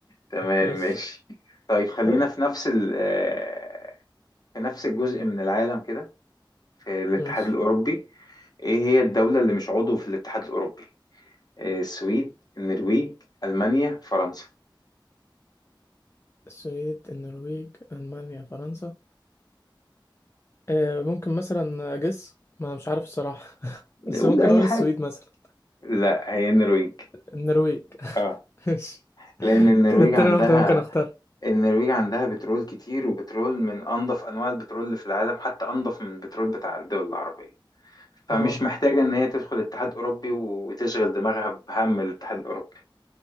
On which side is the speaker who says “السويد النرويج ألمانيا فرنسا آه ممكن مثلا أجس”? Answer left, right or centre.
Left